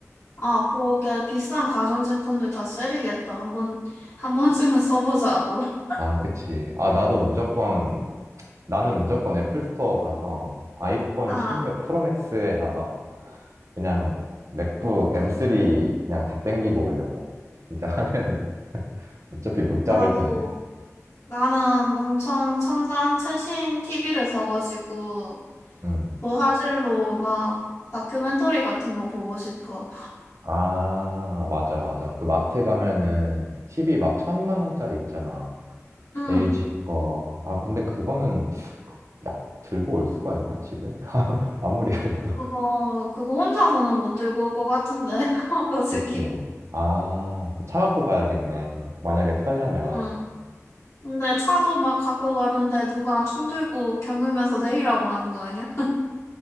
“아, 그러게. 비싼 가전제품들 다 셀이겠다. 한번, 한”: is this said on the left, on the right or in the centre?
Left